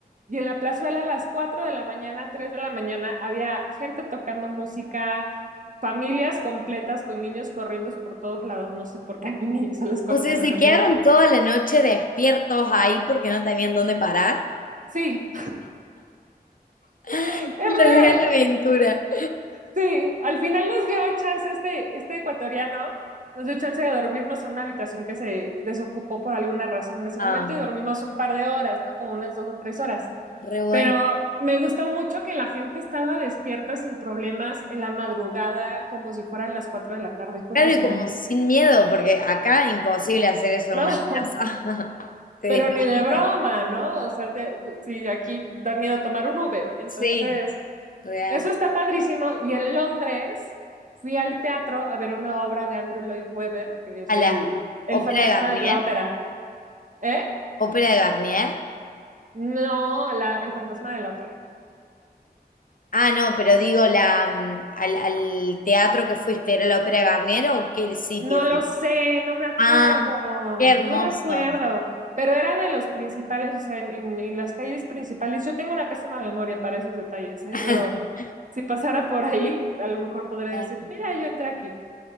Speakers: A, on the right; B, on the left.
A: y en la plazuela a las 4 de la mañana, 3 de la mañana, había gente tocando música, familias completas con niños corriendo por todos lados, no sé por qué <laughs> hay niños a las 4
B: O sea,
A: de
B: se
A: la mañana.
B: quedaron toda la noche despiertos ahí porque no tenían dónde parar.
A: Sí,
B: <laughs>
A: <laughs> es
B: Fue
A: real.
B: la real aventura.
A: Sí, al final nos dio chance este, este ecuatoriano, nos dio chance de dormirnos en una habitación que se desocupó por alguna razón en ese
B: Ah,
A: momento y dormimos un par de horas, ¿no? Como unas dos o tres horas.
B: re bueno.
A: Pero me gustó mucho que la gente estaba despierta sin problemas en la madrugada, como si fueran las cuatro de la tarde. Fue
B: Claro,
A: fascinante.
B: y como sin miedo, porque acá imposible hacer eso
A: No,
B: en una plaza.
A: <laughs>
B: <laughs> Te
A: pero
B: desmayan.
A: ni de broma, ¿no? O sea, te- sí, aquí da miedo tomar un Uber. Entonces,
B: Sí, real.
A: Eso está padrísimo. Y en Londres fui al teatro a ver una obra de Andrew Lloyd Webber, que es
B: A
A: el,
B: la
A: el
B: ópera
A: fantasma
B: de Garnier.
A: de la ópera. ¿Eh?
B: Ópera de Garnier.
A: No, la- el fantasma de la ópera.
B: Ah, no, pero digo, la, mm, al, al teatro que fuiste, ¿era la Ópera de Garnier o qué sitio
A: No lo
B: era?
A: sé, no me acuerdo,
B: Ah, qué hermoso.
A: no me acuerdo. Pero era de los principales, o sea, en, en- en las calles principales. Yo tengo una pésima memoria para esos detalles, ¿eh?
B: <laughs>
A: Pero si pasara por ahí, a lo mejor podría
B: Claro,
A: decir, mira, yo entré aquí.